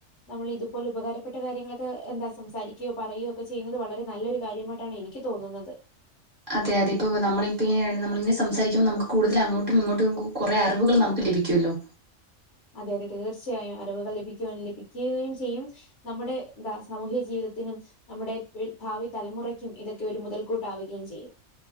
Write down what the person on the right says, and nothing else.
അതെ അതെ ഇപ്പോവെ നമ്മള് ഇപ്പിങ്ങനെ നമ്മളിങ്ങനെ സംസാരിക്കുമ്പോ നമുക്ക് കൂടുതല് അങ്ങോട്ടും ഇങ്ങോട്ടും കു കൊറെ അറിവുകള് നമു ലഭിക്ക്യുവല്ലോ